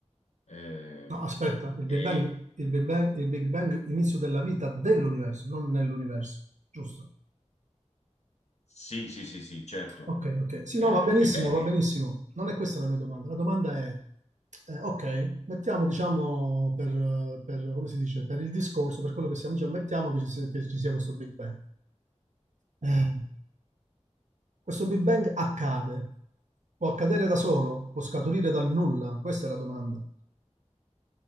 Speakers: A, on the left; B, on the right.
A: Ehm,
B: No, aspetta, il
A: e
B: Big Bang, il Big Bang, il Big Bang, inizio della vita dell'universo, non nell'universo, giusto?
A: sì, sì, sì, sì, certo,
B: Ok, ok. Sì,
A: Eh,
B: no, va benissimo,
A: fai bene
B: va benissimo. Non è questa la mia domanda. La domanda è, eh, ok, mettiamo, diciamo, per, eh, per- come si dice, per il discorso, per quello che stiamo dicendo, mettiamo che ci sia, che ci sia questo Big Bang. Eh, questo Big Bang accade, può accadere da solo, può scaturire dal nulla, questa è la domanda.